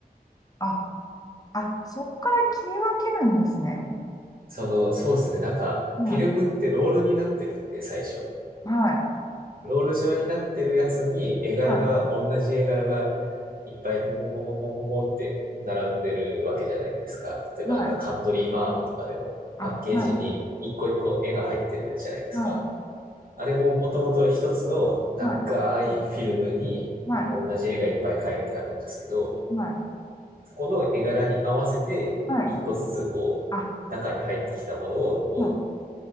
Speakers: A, on the left (about 25°); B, on the right (about 65°).
A: あ、あ、そっから切り分けるんですね。
B: その、そうですね。なんか、
A: は
B: フィルムってロールになってるんで、最初。
A: い。はい。
B: ロール状になってるやつに、絵柄が、
A: は
B: 同じ絵柄が、いっぱいボンボンボンボンボンボンボンって並んでるわけじゃないですか。例えばなんかカントリーマームとかでも、
A: い。はい。あ、
B: パッケージに一個一個絵が入ってるじゃないですか。
A: はい。は
B: あれももともと一つの長いフィルムに同じ絵がいっぱい描いてあるんですけど、
A: い。はい。はい。はい。
B: そこの絵柄に合わせて、
A: はい。
B: 一個ずつこう、
A: あ、
B: 中に入ってきたものをこう、
A: はい。